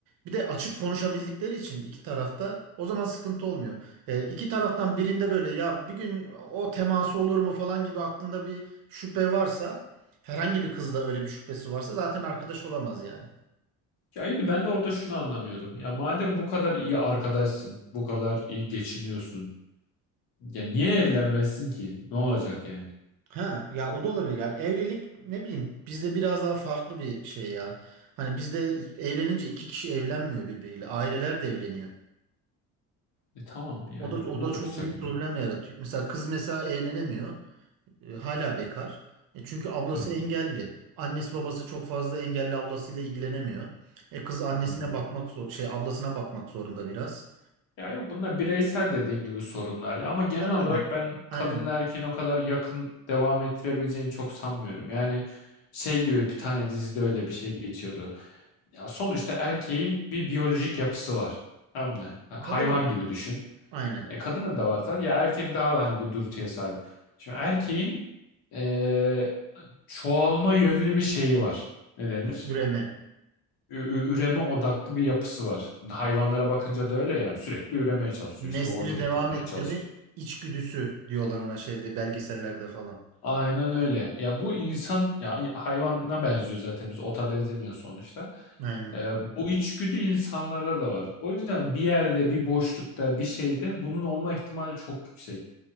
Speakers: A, on the right; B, on the left.
A: bir de açık konuşabildikleri için iki tarafta o zaman sıkıntı olmuyor. E, iki taraftan birinde böyle ya bir gün o teması olur mu falan gibi aklında bir şüphe varsa herhangi bir kızla öyle bir şüphesi varsa zaten arkadaş olamaz yani.
B: Ya iyi de ben de orada şunu anlamıyorum. Ya madem bu kadar iyi arkadaşsın, bu kadar iyi geçiniyorsun. Ya niye evlenmezsin ki? Ne olacak yani?
A: Ha ya o da olabilir. Yani evlilik ne bileyim bizde biraz daha farklı bir şey ya. Hani bizde evlenince iki kişi evlenmiyor birbiriyle. Aileler de evleniyor.
B: E tamam yani
A: O da o
B: bunda
A: da
B: da
A: çok
B: bir sakınca
A: büyük problem
B: yok.
A: yaratıyor. Mesela kız mesela evlenemiyor. E, hala bekar. E, çünkü ablası
B: Hı,
A: engelli. Annesi babası çok fazla engelli ablasıyla ilgilenemiyor. E kız annesine
B: anladım.
A: bakmak zor şey ablasına bakmak zorunda biraz.
B: Ya yok bunlar bireysel dediğin gibi sorunlar ya ama genel
A: Ha,
B: olarak
A: Aynen.
B: ben
A: Aynen.
B: kadınla erkeğin o kadar yakın devam ettirebileceğini çok sanmıyorum. Yani şey gibi bir tane dizide öyle bir şey geçiyordu. Ya sonuçta erkeğin bir biyolojik yapısı var. Tamam mı? Ha,
A: E, kadın
B: Hayvan
A: da
B: gibi
A: var.
B: düşün.
A: Aynen.
B: E, kadının da var tabii. Ya erkek daha hani bu dürtüye sahip. Şimdi erkeğin e, çoğalma yönlü bir şeyi var. Ne denir?
A: Üreme.
B: ü- üreme odaklı bir yapısı var. Hayvanlara bakınca da öyle yani sürekli üremeye çalışıyor.
A: Neslini
B: işte o gidip
A: devam
B: bulmaya
A: ettirme
B: çalışıyor.
A: içgüdüsü diyorlar ona şeyde belgesellerde falan.
B: Aynen öyle. Ya bu insan ya hayvana benziyor zaten biz ota benzemiyor sonuçta.
A: Aynen.
B: Ee, bu içgüdü insanlarda da var. O yüzden bir yerde bir boşlukta bir şeyde bunun olma ihtimali çok yüksek.